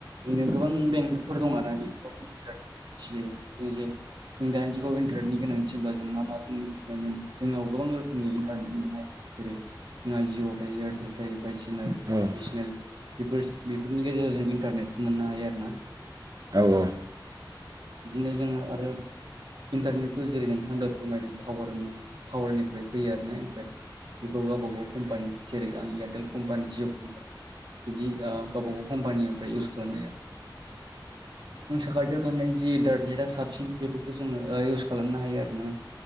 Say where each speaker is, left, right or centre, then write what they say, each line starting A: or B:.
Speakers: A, on the right (about 70°); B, on the right (about 50°).
A: बिदिनो गोबां बेंकफोर दं आरो बेफोराव <unintelligible> जों दानि जुगाव इन्टारनेटनि गोनांथि होनबा जों मा-मा <unintelligible> जोंनाव गोबां रोखोमनि इन्टारनेट नुनाय जेरै जोंहा जिअ' थायो एयारटेल थायो बायदिसिना
B: औ
A: रो सेसनेल
B: औ
A: बेफोरनि गेजेराव जों इन्टारनेटखौ मोननो हायो आरोना।
B: औ-औ।
A: बिदिनो जोङो आरो इन्टारनेटखौ जेरै नोंथाङा दा फोरमायदों टावार-टावारनिफ्राय फैयो आरो ना इन्टार बेखौ गावबा गाव कम्पानि जेरै आं एयारटेल कम्पानि जिअ कम्पा बिदि ओ गावबा गाव कम्पानिनिफ्राय इउस खालामनाय <unintelligible> खाथियाव थानाय जि इन्टारनेटआ साबसिन बेफोरखौ जोङो इउस खालामनो हायो आरो ना।